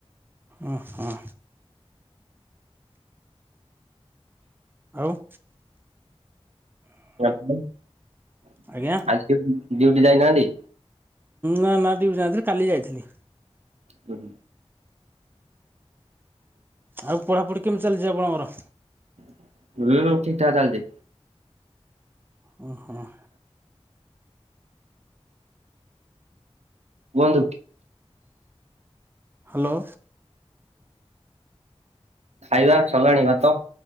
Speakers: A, on the right; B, on the right.
A: ଉଁ ହୁଁ ଆଉ
B: ଆଜି ଡ଼ିଉ <unintelligible>
A: ଆଜ୍ଞା
B: ଡିଉଟି ଯାଇନାହାନ୍ତି?
A: ନା ନା ଡିୟୁଟି ଯାଇନଥିଲି କାଲି ଯାଇଥିଲି।
B: ହୁଁ।
A: ଆଉ ପଢ଼ାପଢ଼ି କେମତି ଚାଲିଚି ଆପଣଙ୍କର?
B: <unintelligible> ଠିକ୍ ଠାକ୍ ଚାଲିଚି।
A: ହୁଁ ହୁଁ।
B: କୁହନ୍ତୁ?
A: ହାଲୋ।
B: ଖାଇବା ସରିଲାଣି ଭାତ?